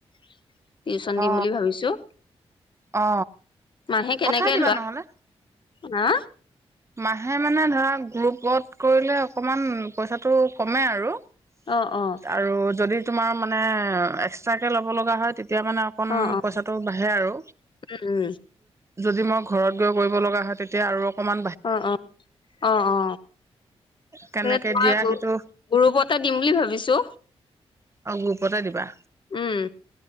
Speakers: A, on the left; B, on the right.
A: টিউচন
B: অ
A: দিম বুলি ভাবিছো।
B: অ
A: মাহে কেনেকে
B: পঠাই দিবা
A: লোৱা
B: নহ'লে।
A: হা
B: মাহে মানে ধৰা গ্ৰুপত কৰিলে অকণমান পইচাটো কমে আৰু।
A: অ', অ',
B: আৰু যদি তোমাৰ ম। মানে এক্সটাৰ যে লব লগা হয় তেতিয়া তেতিয়া মানে অকণ
A: অ', অ',
B: পইচাটো বাঢ়ে আৰু
A: উম, উম,
B: যদি মই। ঘৰত গৈ কৰিব লগা হয় তেতিয়া আৰু অকণমান
A: অ অ অ অ
B: কেনেকে
A: সে তোমাৰ
B: দিয়া
A: গ্ৰুপতে
B: সেইটো
A: দিম বুলি ভাবিছো।
B: অ গ্ৰোপতে দিবা
A: উম।